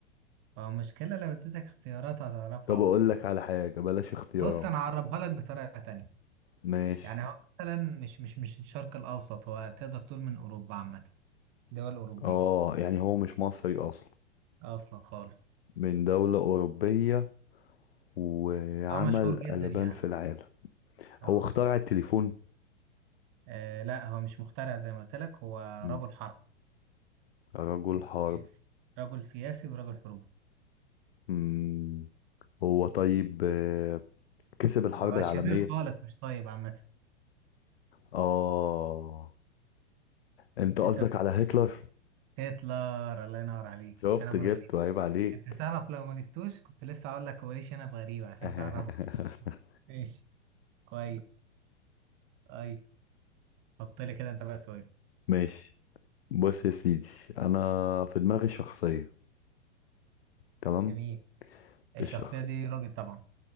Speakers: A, on the right; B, on the left.
A: هو مشكلة لو اديتك اختيارات هتعرفه
B: طب
A: على
B: أقول
A: طول
B: لك على حاجة بلاش اختيارات
A: بص انا اعربها لك بطريقه تانية
B: ماشي
A: يعني هو مثلا مش مش مش الشرق الاوسط هو تقدر تقول من اوروبا عامه دول اوروبيه
B: اه يعني هو مش مصري أصلا
A: اصلا خالص
B: من دولة أوروبية وعمل
A: هو مشهور جدا
B: قلبان
A: يعني
B: في العالم
A: اه
B: هو اخترع التليفون
A: آه، لا هو مش مخترع زي ما قلت لك هو
B: مم.
A: رجل حرب
B: رجل
A: وسياسي.
B: حرب
A: رجل سياسي ورجل حروب
B: مم. هو طيب آه، كسب الحرب
A: هو
B: العالمية
A: شرير خالص مش طيب عامه
B: اه انت قصدك
A: انت قلت
B: على هتلر
A: هتلر الله ينور عليك
B: شفت
A: مش انا ابو
B: جبته
A: الغريب
B: عيب
A: ده.
B: عليك
A: انت تعرف لو ما جبتوش كنت لسه هقول لك هو ليه شنب غريب عشان
B: <laughs>
A: تعرفه ماشي كويس طيب حط لي كده انت بقى سؤال
B: ماشي بص يا سيدي انا في دماغي شخصية تمام
A: جميل الشخصية
B: الشخ
A: دي راجل طبعا